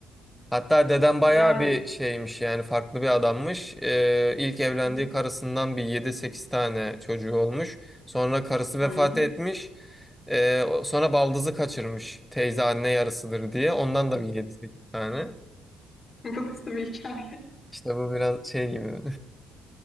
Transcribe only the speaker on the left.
Yani
hı hı.
Ay, <laughs>
bu nasıl bir hikaye?